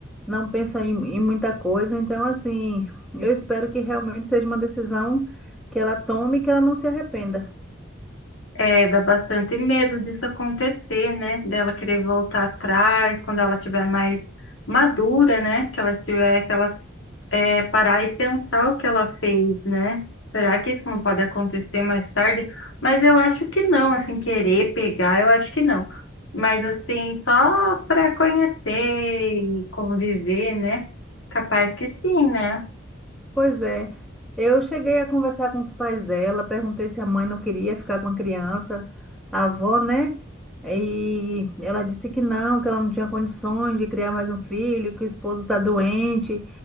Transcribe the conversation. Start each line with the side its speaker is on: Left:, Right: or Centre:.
Centre: não pensa em, em muita coisa. Então, assim, eu espero que realmente seja uma decisão que ela tome e que ela não se arrependa.
Left: É, dá bastante medo disso acontecer, né? Dela querer voltar atrás quando ela tiver mais madura, né? Que ela tiver, que ela é, parar e pensar o que ela fez, né? Será que isso não pode acontecer mais tarde? Mas eu acho que não, assim, querer pegar, eu acho que não. Mas assim, só para conhecer e conviver, né? Capaz que sim, né?
Centre: Pois é. Eu cheguei a conversar com os pais dela, perguntei se a mãe não queria ficar com a criança, a avó, né? E ela disse que não, que ela não tinha condições de criar mais um filho, que o esposo está doente